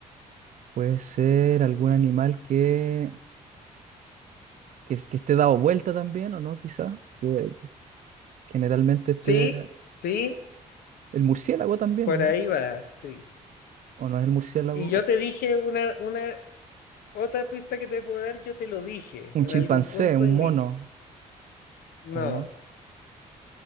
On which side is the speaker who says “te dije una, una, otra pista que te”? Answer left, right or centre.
Left